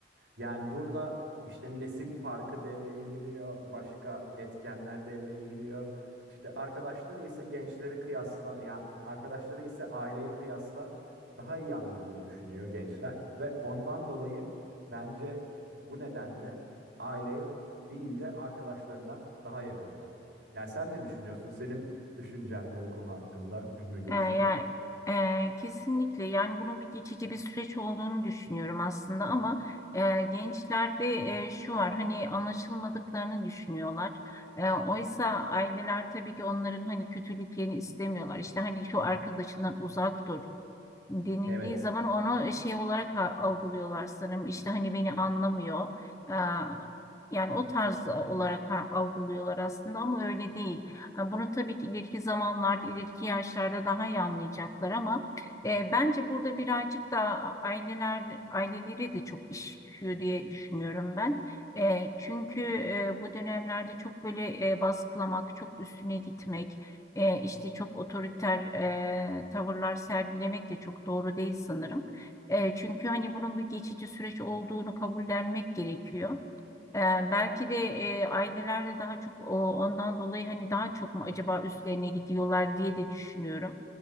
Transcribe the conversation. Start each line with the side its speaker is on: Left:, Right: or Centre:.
Right: Yani burada işte nesil farkı devreye giriyor, başka etkenler devreye giriyor. İşte arkadaşları ise gençlere kıyasla, ya arkadaşları ise aileye kıyasla daha iyi anladığını düşünüyor gençler ve ondan dolayı bence bu nedenle aileye değil de arkadaşlarına daha yakınlar. Yani sen ne düşünüyorsun? Senin düşüncen ne bu konu hakkında Ümmü Gülsüm?
Left: Ee, ya e, kesinlikle yani bunun bir geçici bir süreç olduğunu düşünüyorum aslında ama e, gençlerde e, şu var hani anlaşılmadıklarını düşünüyorlar. E, oysa aileler tabii ki onların hani kötülüklerini istemiyorlar. İşte hani şu arkadaşından uzak dur. denildiği
Right: Evet,
Left: zaman onu şey olarak a- algılıyorlar sanırım. İşte hani beni anlamıyor. Aa, Yani o tarz olarak ha- algılıyorlar aslında ama öyle değil. Ha, Bunu tabii ki ileriki zamanlarda, ileriki yaşlarda daha iyi anlayacaklar ama e, bence burada birazcık da aileler, ailelere de çok iş düşüyor diye düşünüyorum ben. E, çünkü e, bu dönemlerde çok böyle e, baskılamak, çok üstüne gitmek, e, işte çok otoriter e, tavırlar sergilemek de çok doğru değil sanırım. E, çünkü hani bunun bir geçici süreç olduğunu kabullenmek gerekiyor. E, belki de e, aileler de daha çok o, ondan dolayı hani daha çok mu acaba üstlerine gidiyorlar diye de düşünüyorum.